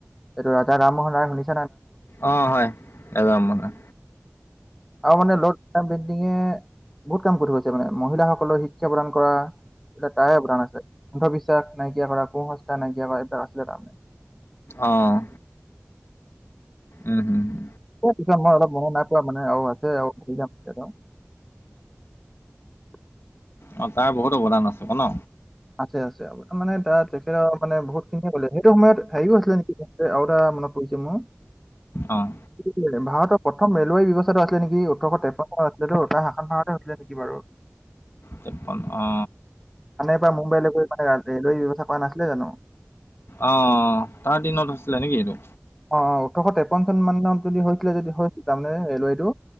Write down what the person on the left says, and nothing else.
অ' হয় এ ৰাজা ৰামমোহনে।
অহঁ উম হম হম
অ, তাৰ বহুত অৱদান আছে ক'ন।
অঁ
তেপন অ'।
অ', অ', তাৰ দিনত আছিলে নেকি এইটো?